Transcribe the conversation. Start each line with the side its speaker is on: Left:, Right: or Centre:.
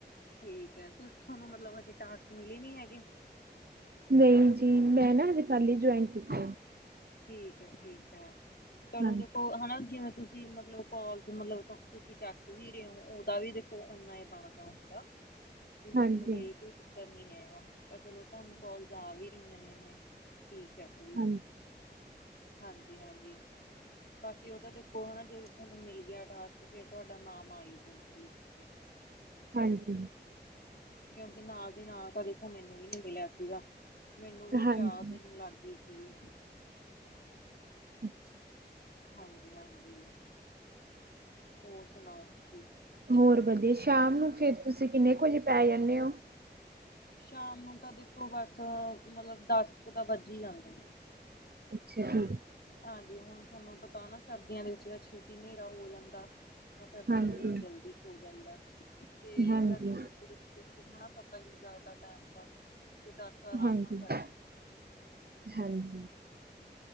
Left: ਠੀਕ ਏ ਤੁਸੀਂ ਤੁਹਾਨੂੰ ਮਤਲਬ ਹਜੇ ਟਾਸਕ ਮਿਲੇ ਨੀ ਹੈਗੇ।
Right: ਨਹੀਂ ਜੀ ਮੈਂ ਨਾ ਅਜੇ ਕੱਲ ਹੀ ਜੁਆਇਨ ਕੀਤੇ।
Left: ਠੀਕ ਆ ਠੀਕ ਆ ਚਲੋ
Right: ਹਾਂਜੀ
Left: ਦੇਖੋ ਹਨਾ ਜਿਵੇਂ ਤੁਸੀਂ ਮਤਲਬ ਮਤਲਬ ਕੋਲ ਮਤਲਬ ਤੁਸੀਂ ਚੱਕ ਵੀ ਰਹੇ ਹੋ ਉਹਦਾ ਵੀ ਦੇਖੋ ਓਨਾ ਬਣਦਾ ਹੁੰਦਾ। ਵੀ ਮਤਲਬ
Right: ਹਾਂਜੀ
Left: ਇਹ ਕੋਈ ਚੱਕਰ ਨਹੀਂ ਹੈਗਾ ਤਾਂ ਚਲੋ ਤੁਹਾਨੂੰ ਕੋਲਸ ਆ ਵੀ ਰਹੀਆਂ ਨੇ ਇੰਨੇ ਠੀਕ ਆ ਉਹ ਵੀ।
Right: ਹਾਂਜੀ
Left: ਹਾਂਜੀ- ਹਾਂਜੀ। ਬਾਕੀ ਉਹ ਤਾਂ ਦੇਖੋ ਹਨਾ ਜਦੋਂ ਤੁਹਾਨੂੰ ਮਿਲ ਗਿਆ ਟਾਸਕ ਤੇ ਫਿਰ ਤੁਹਾਡਾ ਨਾਮ ਆਈ ਜਾਊਗਾ ਲਿਸਟ ਤੇ <inaudible>
Right: ਹਾਂਜੀ।
Left: ਕਿਉਂਕਿ ਨਾਲ ਦੀ ਨਾਲ ਤਾਂ ਦੇਖੋ ਮੈਨੂੰ ਵੀ ਨਹੀਂ ਮਿਲਿਆ ਸੀਗਾ ਮੈਨੂੰ ਵੀ
Right: ਹਾਂਜੀ
Left: ਚਾਰ ਦਿਨ ਲੱਗ ਗਏ ਸੀਗੇ।
Right: ਅੱਛਾ
Left: ਹਾਂਜੀ- ਹਾਂਜੀ। ਹੋਰ ਸੁਣਾਓ ਤੁਸੀਂ
Right: ਹੋਰ ਵਧੀਆ ਸ਼ਾਮ ਨੂੰ ਫਿਰ ਤੁਸੀਂ ਕਿੰਨੇ ਕੁ ਵਜੇ ਪੈ ਜਾਂਦੇ ਹੋ?
Left: ਸ਼ਾਮ ਨੂੰ ਤਾਂ ਦੇਖੋ ਬਸ ਮਤਲਬ ਦਸ ਕੁ ਤਾਂ ਵੱਜੀ ਹੀ ਜਾਂਦੇ ਨੇ
Right: ਅੱਛਾ ਠੀਕ
Left: ਹਾਂਜੀ ਹੁਣ ਤੁਹਾਨੂੰ ਪਤਾ ਨਾ ਸਰਦੀਆਂ ਦੇ ਵਿੱਚ ਤਾਂ ਛੇਤੀ ਹਨੇਰਾ ਹੋ ਜਾਂਦਾ। ਤਾਂ ਸਰਦੀਆਂ
Right: ਹਾਂਜੀ
Left: ਦੇ ਵਿੱਚ ਜਲਦੀ ਸੋ ਜਾਈਦਾ ਤੇ
Right: ਹਾਂਜੀ
Left: ਗਰਮੀਆਂ ਦੇ ਵਿੱਚ ਦੇਖੋ ਉਹ ਹਨਾ ਪਤਾ ਹੀ ਨਹੀਂ ਲੱਗਦਾ ਟਾਇਮ ਦਾ ਤੇ ਦਸ ਤਾਂ ਆਰਾਮ
Right: ਹਾਂਜੀ-ਹਾਂਜੀ।
Left: ਨਾਲ ਵੱਜ ਜਾਂਦੇ ਨੇ,